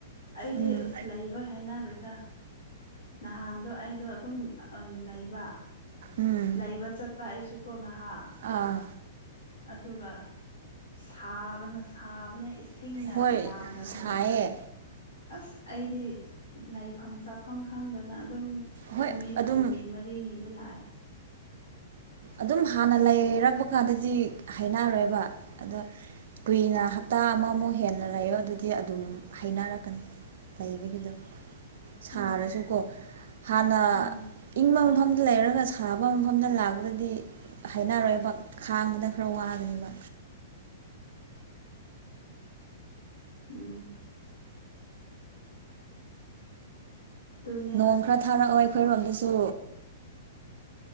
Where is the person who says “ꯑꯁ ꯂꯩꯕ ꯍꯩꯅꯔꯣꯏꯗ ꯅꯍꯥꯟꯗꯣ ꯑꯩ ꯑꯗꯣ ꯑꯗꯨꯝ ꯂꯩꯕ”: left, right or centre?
Left